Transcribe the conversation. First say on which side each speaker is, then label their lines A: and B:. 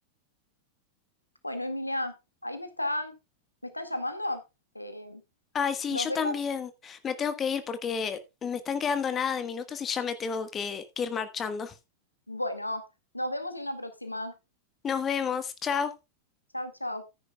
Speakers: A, on the left (about 85°); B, on the left (about 25°).
A: Bueno, Emilia, ahí me están, me están llamando. Eh,
B: Ay, sí,
A: nos
B: yo
A: vemos.
B: también. Me tengo que ir porque me están quedando nada de minutos y ya me tengo que, que ir marchando.
A: Bueno, nos vemos en una próxima.
B: Nos vemos. Chao.
A: Chao, chao.